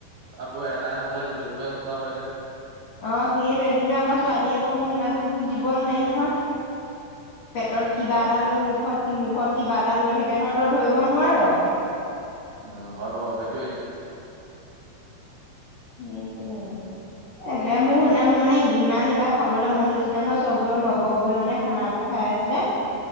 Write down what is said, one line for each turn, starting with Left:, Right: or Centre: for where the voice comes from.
Right: আকৌ এটাই নাখালে গোটেই সোপাই নোখোৱা হৈ যায়
Left: অ সেইটোৱে কিন্তু আমাৰ ছোৱালীয়ে আকৌ মহিমাটোৰ বুজিব নোৱাৰি নহয় পেটত
Right: উম
Left: কিবা
Right: হয় বাৰু
Left: এটা লৈ মুখত মুখত কিবা এটা লৈ থাকে ন তই ধৰিব নোৱাৰ
Right: উম হয় বাৰু সেইটোৱেই
Left: সেইটোয়ে এনে মোৰ এনে মোৰ মানে ইমান এইবাৰ খাবলৈ মন গৈছিলে ন সবৰে লগৰ বোৰে মানে খানাবোৰ খাই আছিলে